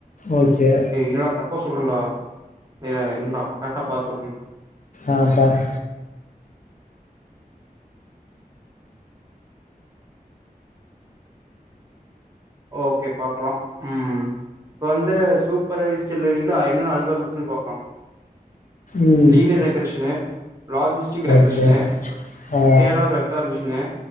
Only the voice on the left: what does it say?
ஓகே
ஆம் பாரு
ம்.
ஓகே. ஆ.